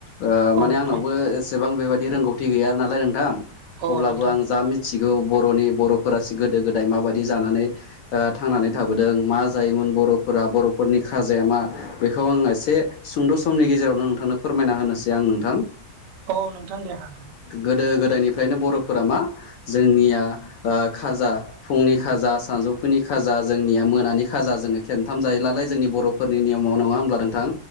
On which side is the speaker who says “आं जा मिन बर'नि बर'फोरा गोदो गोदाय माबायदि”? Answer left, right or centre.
Left